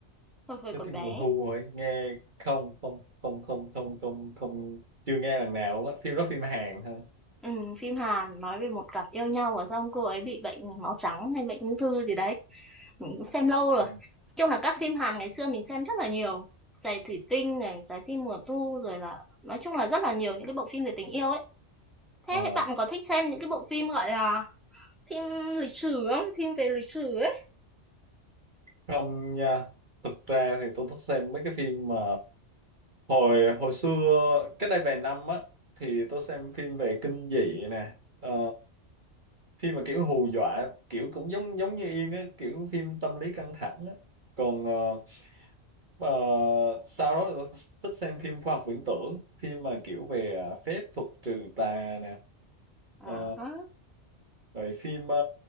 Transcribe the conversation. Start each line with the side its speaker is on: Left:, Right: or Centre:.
Centre: hồi hồi
Right: cái
Centre: còn
Right: phim
Centre: bé
Right: mùa thu rồi nghe không không không không không không không chưa nghe lần nào luôn á. Phim đó phim Hàn hả?
Centre: ừ, phim Hàn nói về một cặp yêu nhau và xong cô ấy bị bệnh máu trắng hay bệnh ung thư gì đấy mình cũng xem lâu rồi
Right: Ừ.
Centre: nói chung là các phim Hàn ngày xưa mình xem rất là nhiều giày thủy tinh này trái tim mùa thu rồi là nói chung là rất là nhiều những cái bộ phim về tình yêu ấy thế
Right: Ờ,
Centre: bạn có thích xem những cái bộ phim gọi là phim lịch sử không phim về lịch sử ấy
Right: không nha. Thực ra thì tôi thích xem mấy cái phim mà hồi hồi xưa cách đây vài năm á thì tôi xem phim về kinh dị nè. Ờ, phim mà kiểu hù dọa kiểu cũng giống giống như Yên á, kiểu phim tâm lý căng thẳng á còn ờ, Ờ, sau đó tôi thích xem phim khoa học viễn tưởng phim mà kiểu về à, phép thuật trừ tà nè
Centre: À,
Right: Ờ,
Centre: hả?
Right: rồi phim ờ,